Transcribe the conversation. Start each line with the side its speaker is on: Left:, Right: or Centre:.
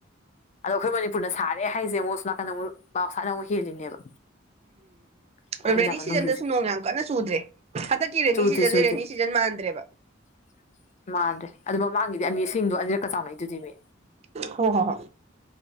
Left: ꯑꯗꯣ ꯑꯩꯈꯣꯏ ꯃꯅꯤꯄꯨꯔꯅ ꯁꯥꯔꯦ ꯍꯥꯏꯁꯦ ꯃꯣꯏ ꯁ ꯅꯥꯀꯟꯗ ꯑꯃꯨꯛ ꯕꯥꯎꯁꯥꯠꯅ ꯑꯃꯨꯛ ꯍꯦꯜꯂꯤꯅꯦꯕ ꯑꯩꯈꯣꯏ
Right: ꯎꯝ
Left: ꯏꯟꯗꯤꯌꯥ
Right: ꯔꯦꯅꯤ
Left: ꯃꯅꯨꯡꯒꯤꯁꯦ
Right: ꯁꯤꯖꯟꯗꯁꯨ ꯅꯣꯡ ꯌꯥꯝ ꯀꯟꯅ ꯆꯨꯗ꯭ꯔꯦ ꯍꯟꯗꯛꯀꯤ ꯔꯦꯅꯤ
Left: ꯆꯨꯗꯦ
Right: ꯁꯤꯖꯟꯁꯦ
Left: ꯆꯨꯗꯦ
Right: ꯔꯦꯅꯤ ꯁꯤꯖꯟ ꯃꯥꯟꯗ꯭ꯔꯕ
Left: <inaudible> ꯃꯥꯟꯗ꯭ꯔꯦ ꯑꯗꯨ ꯃꯃꯥꯡꯒꯤꯗꯤ ꯑꯅꯤꯁꯤꯡꯗꯣ ꯑꯅꯤꯔꯛꯀ ꯆꯥꯎꯅꯩ ꯑꯗꯨꯗꯤꯅꯦ
Right: ꯍ ꯍꯣ ꯍ